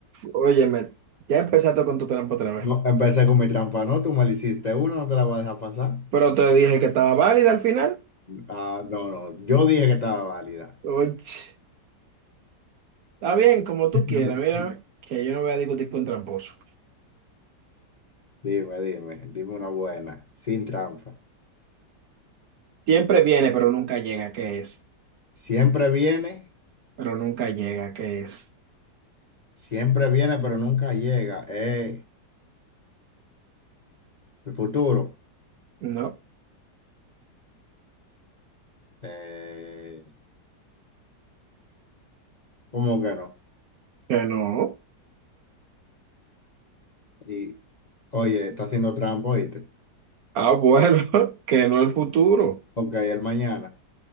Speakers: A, on the right; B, on the left.
A: Óyeme, ya empezaste con tu trampa otra vez.
B: No, empecé con mi trampa, ¿no? Tú mal hiciste una, no te la voy a dejar pasar.
A: Pero te dije que estaba válida al final.
B: Ah, no, no, yo dije que estaba válida.
A: Oye, está bien, como tú
B: <laughs>
A: quieras, mira, que yo no voy a discutir con tramposo.
B: Dime, dime, dime una buena, sin trampa.
A: Siempre viene, pero nunca llega, ¿qué es?
B: Siempre viene,
A: Pero nunca llega, ¿qué es?
B: siempre viene, pero nunca llega. Eh, el futuro.
A: No,
B: Eh, ¿cómo que no?
A: que no.
B: Y, oye, está haciendo trampa, ¿oíste?
A: Ah, bueno, <laughs> que no el futuro.
B: Ok, el mañana.